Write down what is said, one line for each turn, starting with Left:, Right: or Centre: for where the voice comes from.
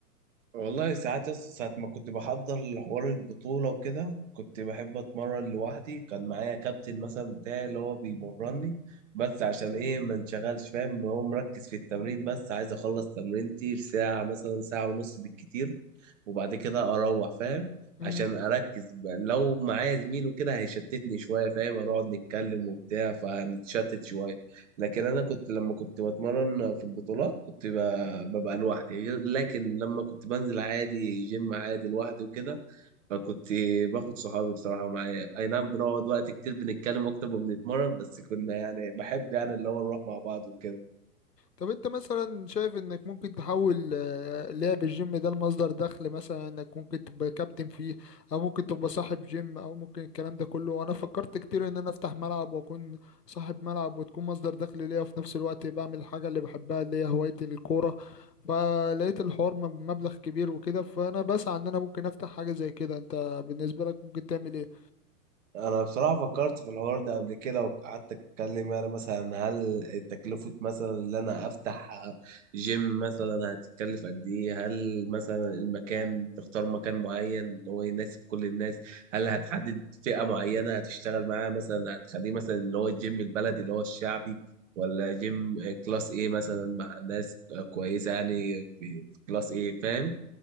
Right: والله ساعات يس ساعة ما كنت بحضر لحوار البطولة وكده كنت بحب أتمرن لوحدي كان معايا كابتن مثلا بتاعي اللي هو بيمرني بس عشان إيه ما انشغلش فاهم هو مركز في التمرين بس عايز أخلص تمرينتي في ساعة مثلا ساعة ونص بالكتير وبعد كده اروح فاهم
Left: كده
Right: عشان اركز بقى. لو معايا زميل وكده هيشتتني شويه فاهم هنقعد نتكلم وبتاع فهنتشتت شويه لكن انا كنت لما كنت بتمرن في البطولات كنت ب- ببقى لوحدي لكن لما كنت بنزل عادي جيم عادي لوحدي وكده فكنت باخد صحابي بصراحه معايا اي نعم بنقعد وقت كتير بنتكلم اكتر ما بنتمرن بس كنا يعني بحب يعني اللي هو نروح مع بعض وكده
Left: طب انت مثلا شايف انك ممكن تحول آه، لعب الجيم ده لمصدر دخل مثلا انك ممكن تبقى كابتن فيه او ممكن تبقى صاحب جيم او ممكن الكلام ده كله وانا فكرت كتير ان انا افتح ملعب واكون صاحب ملعب وتكون مصدر دخل ليا في نفس الوقت بعمل الحاجة اللي بحبها اللي هي هواية الكورة فلقيت الحوار م- مبلغ كبير وكده فانا بسعى ان انا ممكن افتح حاجة زي كده انت بالنسبة لك ممكن تعمل ايه
Right: انا بصراحه فكرت في الحوار ده قبل كده وقعدت اتكلم يعني مثلا هل تكلفه مثلا ان انا افتح جيم مثلا هتتكلف قد ايه هل مثلا المكان تختار مكان معين اللي هو يناسب كل الناس هل هتحدد فئه معينه هتشتغل معاها مثلا هتخليه مثلا اللي هو الجيم البلدي اللي هو الشعبي ولا جيم كلاس ايه مثلا مع ناس كويسه يعني في في كلاس ايه فاهم